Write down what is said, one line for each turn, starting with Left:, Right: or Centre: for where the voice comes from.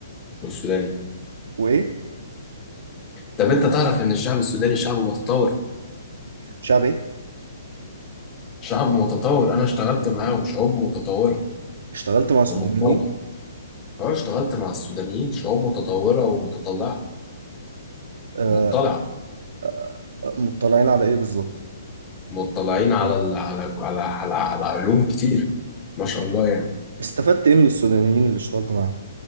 Left: السودان
Right: وايه
Left: طب انت تعرف ان الشعب السوداني شعب متطور
Right: شعب ايه
Left: شعب متطور انا اشتغلت معاه وشعوب متطورة
Right: اشتغلت مع سودانيين
Left: ومتطورة أنا اشتغلت مع السودانيين شعوب متطورة ومتطلعة
Right: آه
Left: مطلعة
Right: آه آه، مطلعين على ايه بالظبط
Left: مطلعين على ال... على على على, على علوم كتير ما شاء الله يعني
Right: استفدت ايه من السودانيين اللي اشتغلت معاهم